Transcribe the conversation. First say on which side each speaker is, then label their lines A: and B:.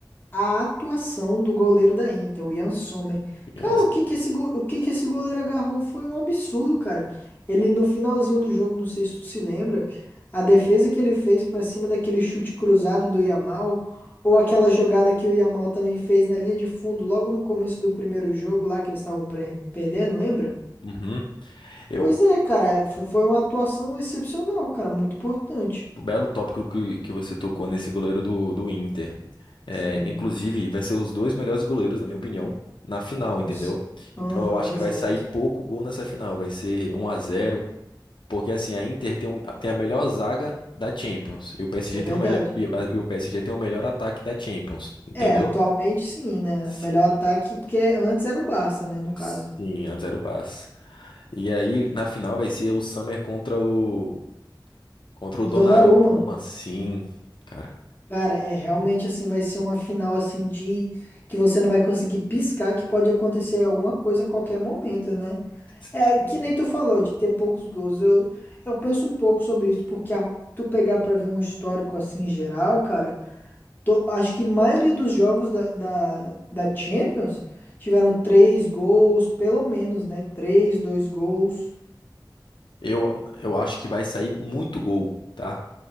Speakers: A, on the left; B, on the left.
A: a atuação do goleiro da Inter, o Ian Sommer. Cara,
B: Nossa,
A: o que
B: então.
A: que esse, go- o que que esse goleiro agarrou foi um absurdo, cara. Ele no finalzinho do jogo, não sei se tu se lembra, a defesa que ele fez pra cima daquele chute cruzado do Yamal, ou aquela jogada que o Yamal também fez na linha de fundo, logo no começo do primeiro jogo lá que eles estavam pre- perdendo, lembra?
B: Uhum. Eu,
A: Pois é, cara, fo- foi uma atuação excepcional, cara, muito importante.
B: Belo tópico que, que você tocou nesse goleiro do, do Inter. É,
A: Sim,
B: inclusive, vai ser os dois melhores goleiros, na minha opinião, na final,
A: cons...
B: entendeu?
A: Aham,
B: Então eu acho que
A: exato.
B: vai sair pouco gol nessa final, vai ser um a zero porque assim, a Inter tem, um- tem a melhor zaga da Champions, e o PSG
A: Isso é verdade.
B: tem o melhor e, o e o PSG tem o melhor ataque da Champions, entendeu?
A: É, atualmente sim, né?
B: Sim,
A: Melhor ataque, porque antes era o Barça, né? No caso.
B: Sim, antes era o Barça. E aí na final vai ser o Summer contra o contra o Donnarumma,
A: Donnarumma,
B: sim, cara.
A: cara, é realmente assim, vai ser uma final assim de que você não vai conseguir piscar, que pode acontecer alguma coisa a qualquer momento, né?
B: Sim.
A: É que nem tu falou de ter poucos gols. Eu, eu penso um pouco sobre isso, porque a- tu pegar pra ver um histórico assim geral, cara, to- acho que a maioria dos jogos da, da, da Champions tiveram três gols, pelo menos, né? Três, dois gols.
B: Eu, eu acho que vai sair muito gol, tá?